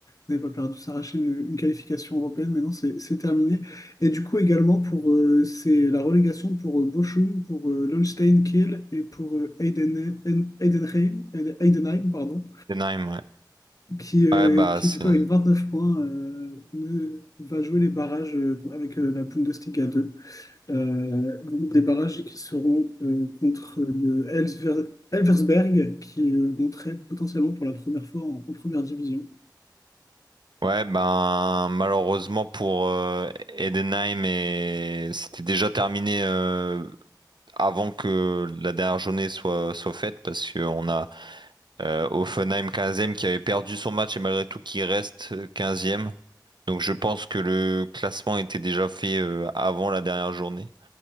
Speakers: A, on the left; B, on the right.
A: n'avait pas perdu, s'arracher une, une qualification européenne. Mais Maintenant, c'est c'est terminé. Et du coup, également, pour euh, c'est la relégation pour euh, Bochum, pour euh, Holstein Kiel et pour euh, Heiden- Heiden- Heidenheim, Heidenheim, pardon,
B: Denheim, ouais.
A: qui, euh,
B: Ouais, bah,
A: qui,
B: c'est.
A: du coup, avec 29 points, euh, ne- va jouer les barrages euh, avec euh, la Bundesliga 2. Euh, donc des barrages qui seront euh, contre le Elfver- Elversberg, qui euh, monterait potentiellement pour la première fois en, en première division.
B: Ouais, ben malheureusement pour euh, Edenheim et c'était déjà terminé euh, avant que la dernière journée soit soit faite parce qu'on a euh, Hoffenheim 15e qui avait perdu son match et malgré tout qui reste euh, 15e. Donc je pense que le classement était déjà fait euh, avant la dernière journée.